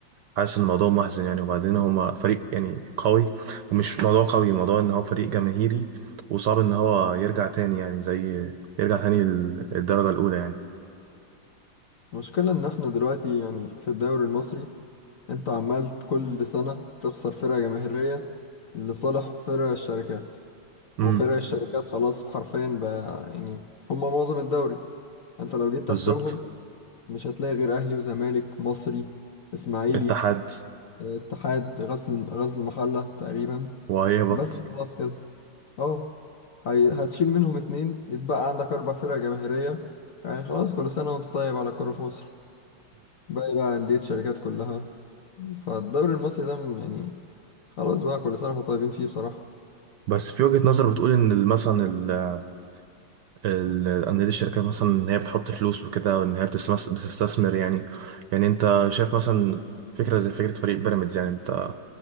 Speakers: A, on the right; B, on the left.
A: حاسس ان الموضوع محزن يعني وبعدين هم فريق يعني قوي ومش موضوع قوي موضوع ان هو فريق جماهيري وصعب ان هو يرجع تاني يعني زي يرجع تاني للدرجة الاولى يعني
B: المشكلة إن إحنا دلوقتي يعني في الدوري المصري أنت عمال كل سنة تخسر فرقة جماهيرية لصالح فرق الشركات
A: امم
B: وفرق آه. الشركات خلاص حرفيا بقى يعني هما معظم الدوري انت لو جيت
A: بالظبط
B: تحسبهم مش هتلاقي غير اهلي وزمالك مصري اسماعيلي
A: اتحاد
B: آه، اتحاد غزل غزل المحله تقريبا
A: وهيهبط
B: بس خلاص كده اه هي- هتشيل منهم اتنين يتبقى عندك اربع فرق جماهيريه يعني خلاص كل سنه وانت طيب على الكوره في مصر باقي بقى انديه شركات كلها فالدوري المصري ده م- يعني خلاص بقى كل سنه واحنا طيبين فيه بصراحه
A: بس في وجهة نظر بتقول ان ال- مثلا ال- ال- انديه الشركات مثلا ان هي بتحط فلوس وكده وان هي بتستمس- بتستثمر يعني يعني انت شايف مثلا فكره زي فكره فريق بيراميدز يعني انت